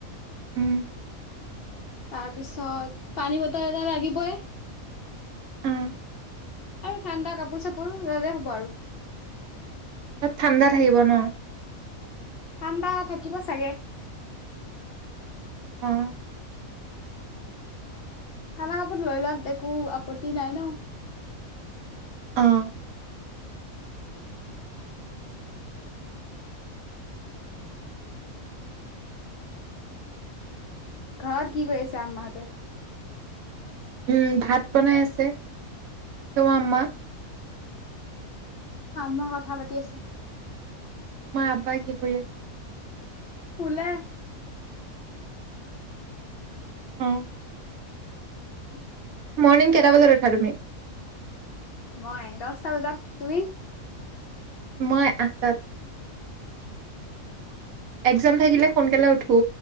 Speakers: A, on the right; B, on the left.
A: উম।
B: তাৰ পিছত পানী বটল এটা লাগিবই। আৰু
A: অ
B: ঠাণ্ডা কাপোৰ চাপোৰ। পু ল'লে হ'ব আৰু।
A: তাত ঠাণ্ডা থাকিব ন'
B: ঠাণ্ডা থাকিব চাগে।
A: অ
B: ঠাণ্ডা কাপোৰ লৈ লোৱাত একো আপত্তি নাই ন'
A: অ'
B: ঘৰত কি কৰি আছে আম্মা হতে।
A: উম ভাত বনাই আছে তোমাৰ আম্মা
B: মই কথা পাতি আছো।
A: তোমাৰ আব্বাই কি কৰি আছে
B: শুলে
A: অ
B: অ
A: মৰ্ণিং কেইটা বজাত উঠা তুমি
B: মই দহটা বজাত তুমি
A: মই আঠটাত একজাম থাকিলে সোনকালে উঠো